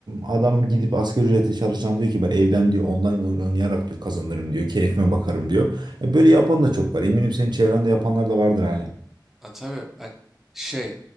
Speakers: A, on the right; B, in the centre.
A: Adam gidip asgari ücretle çalışan diyor ki ben evden diyor online oyun oynayarak diyor kazanırım diyor. Keyfime bakarım diyor. E, böyle yapan da çok var. Eminim senin çevrende yapanlar da vardır hala.
B: Ha, tabii bak şey